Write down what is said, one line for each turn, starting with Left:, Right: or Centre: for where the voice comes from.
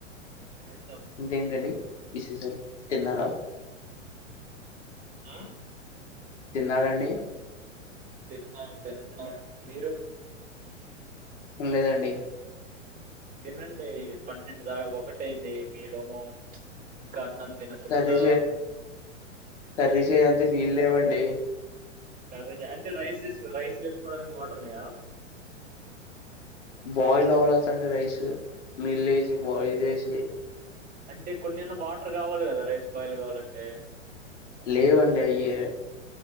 Right: హ్యాట్స్ ఆఫ్.
Left: ఇంకేంటండి విశేషాలు తిన్నారా
Right: ఆ
Left: తిన్నారండి
Right: తిన్నాం తిన్నాం మీరు
Left: లేదండి
Right: తినండి పన్నెండు దా ఒకటయింది మీ రెమో ఇంకా అన్నం తినకుండా
Left: కర్రీ కర్రీ చేయాలంటే నీళ్లవ్వండి అండి
Right: కర్రీ జ అంటే రైస్ తీసుకో రైస్ కొ రికవార్టర్ని
Left: బాయిల్ అవతని రైస్ నీల్ వేసి బాయిల్ చేసి
Right: అంటే కొన్నిన్నో వాటర్ కావాలి కదా రైస్ బాయిల్ కావాలంటే
Left: లేవండి అయ్యే